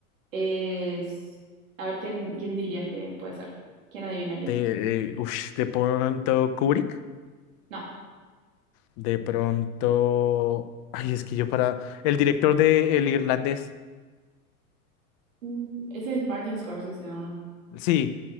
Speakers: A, on the right; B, on the left.
A: es... A ver, ¿quién, quién dirías que puede ser? ¿Quién adivinarías?
B: Te, eh, ush, te pronto Kubrick.
A: No.
B: De pronto. Ay, es que yo para. El director de El Irlandés.
A: Mm, Ese es Martin Scorsese, ¿o no?
B: Sí,